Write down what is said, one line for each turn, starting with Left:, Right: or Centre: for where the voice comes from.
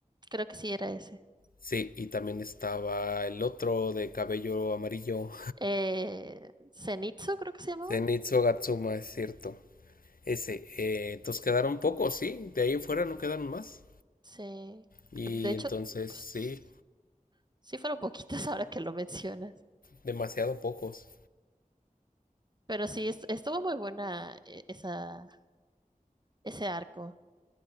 Right: Creo que sí era ese.
Left: Sí, y también estaba el otro de cabello amarillo,
Right: Eh, Zenitsu, creo que se llamaba.
Left: Zenitsu Gatsuma, es cierto. Ese, eh, entonces quedaron pocos, sí, de ahí en fuera no quedaron más.
Right: Sí.
Left: Y
Right: De hecho,
Left: entonces,
Right: pues,
Left: sí,
Right: Sí fueron poquitas <laughs> ahora que lo mencionas,
Left: demasiado pocos.
Right: pero sí, es- estuvo muy buena eh, esa, ese arco.